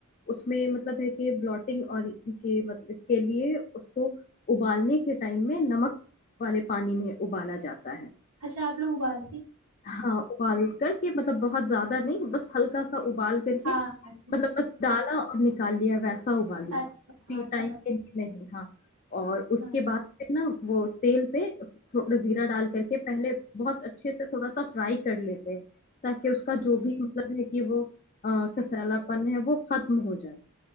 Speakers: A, on the left; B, on the right.
A: اس میں مطلب ہے کہ بلوٹنگ اور م کے لیے اس کو ابالنے کے ٹائم میں نمک والے پانی میں ابالا جاتا ہے
B: اچھا آپوگ ابال
A: ہاں ابال کر کے مطلب بہت زیاد نہیں بس ہلکا ابال کر کے
B: ہاں ہاں جی
A: مطلب
B: جی
A: بس ڈالا نکال لیا ویسے سو بالنا
B: اچھا
A: ٹائم
B: ہاں سمجھ
A: کے نہیں
B: گئی
A: ہاں اور اس
B: ہاں
A: کے بعد پھر نا وہ تیل پہ تھوڑا زیرا ڈال کر کے پہلے بہت اچھے سے تھوڑا سا فرائی کر لیتے تاکہ اس کا
B: اچھا
A: جو بھی مطلب ہے کہ وہ کسیلا پن ہے وہ ختم ہو جائے